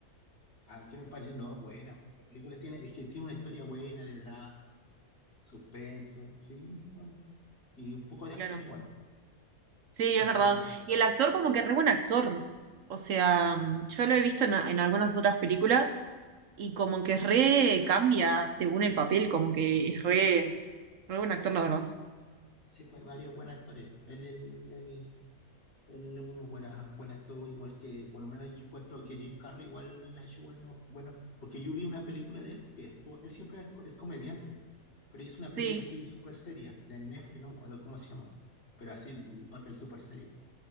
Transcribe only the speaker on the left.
ah, ¿qué me parece? No, es buena. La película tiene, es que tiene una historia buena de drama, suspenso, sí, bueno, Y un poco de acción
igual.
Tiene
un poco de acción.
Sí, pues hay varias buenas historias. El, el, el, Él es un buena, buen actor, igual que por lo menos yo encuentro que Jim Carrey igual ha hecho buenos, bueno, porque yo vi una película de él, que estuvo- él siempre es, co- es comediante, pero hizo una película
así súper seria, de Netflix, no me acuerdo cómo se llama, pero así, de un papel súper serio.